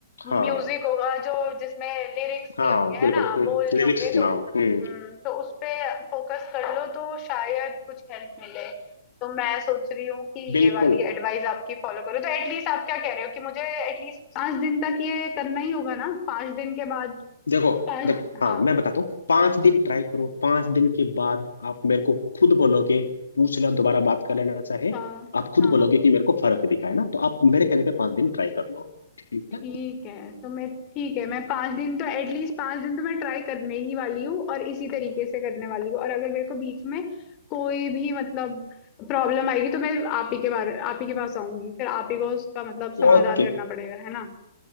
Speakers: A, on the left (about 30°); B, on the left (about 70°).
A: म्यूजिक
B: हाँ
A: होगा जो जिसमें लिरिक्स
B: हाँ
A: नहीं होंगे है
B: बिल्कुल
A: ना बोल नहीं
B: लिरिक्स
A: होंगे
B: सुनाओ
A: तो
B: हम्म
A: हम्म तो उस पे फोकस कर लो तो शायद कुछ हेल्प मिले तो मैं सोच रही हूँ कि
B: बिल्कुल
A: ये वाली एडवाइस आपकी फॉलो करो तो एटलीस्ट आप क्या कह रहे हो कि मुझे एटलीस्ट पांच दिन तक ये करना ही होगा ना पांच दिन के बाद
B: देखो
A: पाँच
B: देखो हाँ
A: हाँ
B: मैं बताता हूँ पांच दिन ट्राई करो पांच दिन के बाद आप मेरे को खुद बोलोगे पूछ लेना दोबारा बात कर लेना चाहे
A: हाँ
B: आप खुद
A: हाँ
B: बोलोगे
A: हाँ
B: कि मेरे को फर्क दिखा है ना तो आप मेरे कहने पे पांच दिन ट्राई कर लो ठीक
A: ठीक
B: है
A: है तो मैं ठीक है मैं पाँच दिन तो एटलीस्ट पाँच दिन तो मैं ट्राई करने ही वाली हूँ और इसी तरीके से करने वाली हूँ और अगर मेरे को बीच में कोई भी मतलब प्रॉब्लम आएगी तो मैं आप ही के बारे आप ही के पास आऊंगी फिर आप ही को उसका मतलब समाधान
B: ओके
A: करना पड़ेगा है ना